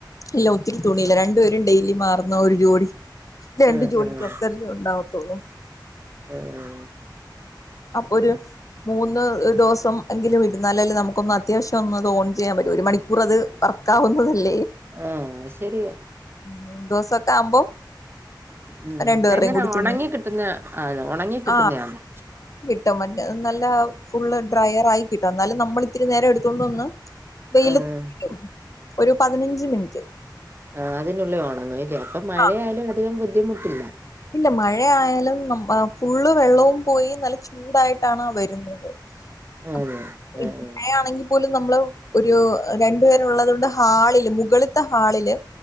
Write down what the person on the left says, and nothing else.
ഇല്ല ഒത്തിരി തുണിയില്ല രണ്ടുപേരും ഡെയിലി മാറുന്ന ഒരു ജോഡി രണ്ടു
ജോഡി
ഡ്രസ്സല്ലേ ഉണ്ടവത്തോള്ളു
അപ്പൊ ഒരു മൂന്ന് ദ്, ദിവസം എങ്കിലും ഇടുന്ന അല്ലേ നമുക്കൊന്ന് അത്യാവശ്യം ഒന്ന് ഓൺ ചെയ്യാൻ പറ്റും ഒരു മണിക്കൂർ അത് കറ <unintelligible>
മൂന്ന് ദിവസൊക്കെ ആവുമ്പം
രണ്ടുപേരുടെയും
കൂടി തുണി
ആഹ് <unintelligible> നല്ല ഫുള്ള് ഡ്രയർ ആയി കിട്ടും എന്നാലും നമ്മൾ ഇത്തിരി നേരം എടുത്തോണ്ട് വന്ന് വെയില
<unintelligible> ഒരു പതിനഞ്ച് മിനിറ്റ്
ആ
ഇല്ല <unintelligible> ഫുള്ള് വെള്ളവും പോയി നല്ല ചൂടായിട്ടാണ് വരുന്നത് <unintelligible>
മഴ ആണെങ്കിൽ പോലും നമ്മള് ഒരു രണ്ടുപേരുള്ളത് കൊണ്ട് ഹാളില് മുകളിത്തെ ഹാളില്